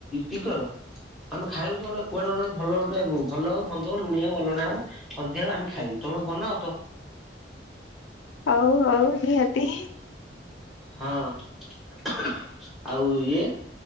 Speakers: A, in the centre; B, on the left.
A: ପିକର। ଆମେ ଖାଇବୁ ତ ଗୋଟେ କୁଆଡେ ଗୋଟେ ଭଲ ଗୋଟେ ଭଲ ହୋଉ ମନ୍ଦ ହଉ ଲୁଣିଆ ଅଲଣା ହଉ। ହଲଦିଆ ହୋଉ ଆମେ ଖାଇବୁ ତମେ ବନାଅ ତ।
B: ହଉ ହଉ ନିହାତି।
A: ହଁ ଆଉ ଇଏ